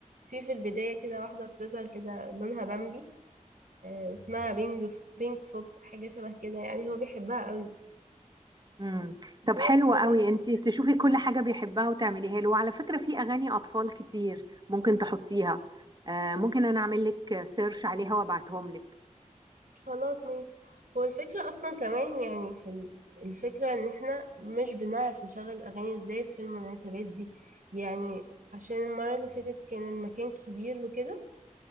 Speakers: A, on the right (about 85°); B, on the right (about 35°).
A: في في البدايه كده واحده بتظهر كده لونها بامبي آه اسمها بينج بينك فوك حاجه شبه كده يعني هو بيحبها قوي
B: امم
A: بس
B: طب حلو قوي
A: بقى
B: انت تشوفي كل حاجه بيحبها وتعمليها له وعلى فكره في اغاني اطفال كتير ممكن تحطيها آه، ممكن انا اعمل لك سيرش عليها وابعتهم لك
A: خلاص ماشي هو الفكره اصلا كمان يعني في ال- في الفكره ان احنا مش بنعرف نشغل الاغاني ازاي في المناسبات دي يعني عشان المره اللي فاتت كان المكان كبير وكده